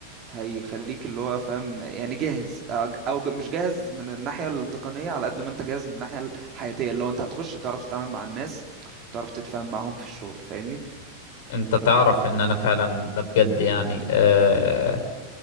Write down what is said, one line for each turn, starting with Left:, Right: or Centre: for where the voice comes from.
Right: هيخليك اللي هو فاهم يعني جاهز او أو مش جاهز من الناحيه التقنيه على قد ما انت جاهز من الناحيه الحياتيه اللي هو انت هتخش تعرف تتعامل مع الناس وتعرف تتفاهم معاهم في الشغل فاهمني
Left: انت تعرف ان انا فعلا ده بجد يعني آه